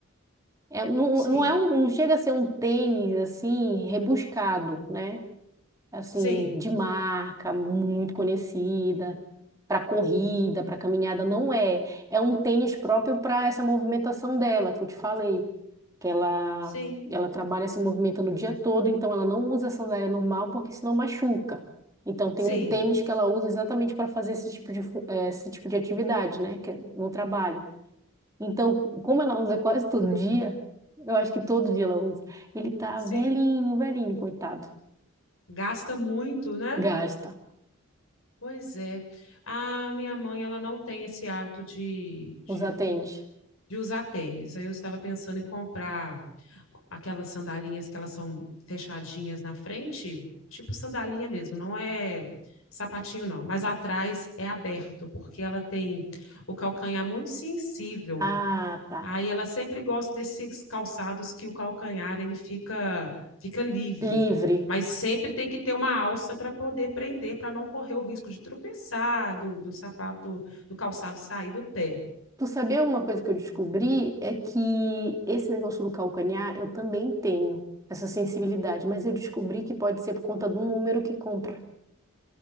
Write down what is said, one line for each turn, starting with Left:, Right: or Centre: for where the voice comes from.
Right: É, não,
Left: Sim,
Right: não é um, não chega a ser um tênis assim rebuscado, né? assim,
Left: sim,
Right: de marca, muito conhecida, para corrida, para caminhada, não é. É um tênis próprio para essa movimentação dela, que eu te falei, que ela
Left: sim,
Right: ela trabalha se movimentando o dia todo, então ela não usa sandália normal porque senão machuca. Então tem
Left: sim,
Right: um tênis que ela usa exatamente para fazer esse tipo de fu- eh, esse tipo de atividade, né, que é no trabalho. Então, como ela usa quase todo dia, eu acho que todo dia ela usa. Ele tá
Left: sim.
Right: velhinho, velhinho, coitado.
Left: Gasta muito, né?
Right: Gasta.
Left: Pois é. A minha mãe, ela não tem esse hábito de, de
Right: Os atende.
Left: de usar tênis. Aí eu estava pensando em comprar aquelas sandalinhas que elas são fechadinhas na frente, tipo sandalinha mesmo, não é sapatinho não, mas atrás é aberto, porque ela tem o calcanhar muito sensível.
Right: Ah, tá.
Left: Aí ela sempre gosta desses calçados que o calcanhar ele fica fica livre,
Right: Livre.
Left: mas sempre tem que ter uma alça para poder prender, para não correr o risco de tropeçar, do, do sapato, do calçado sair do pé.
Right: Tu sabia uma coisa que eu descobri? É que esse negócio do calcanhar, eu também tenho essa sensibilidade, mas eu descobri que pode ser por conta do número que compra.